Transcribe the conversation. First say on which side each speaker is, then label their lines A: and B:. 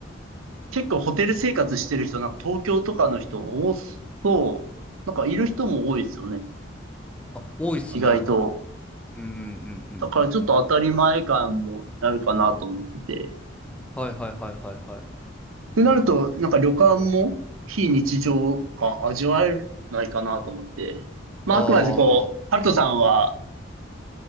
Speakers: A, on the right; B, in the centre.
A: 結構ホテル生活してる人、なんか東京とかの人多そう。なんかいる人も多いですよね。
B: 多いっすね。
A: 意外と。
B: うんうんうんうんうんうん。
A: だからちょっと当たり前感もなるかなと思ってて。
B: はいはいはいはいはい。
A: ってなると、なんか旅館も非日常感味わえないかなと思って。まああくまでこう、
B: ああ、は
A: ハルトさんは、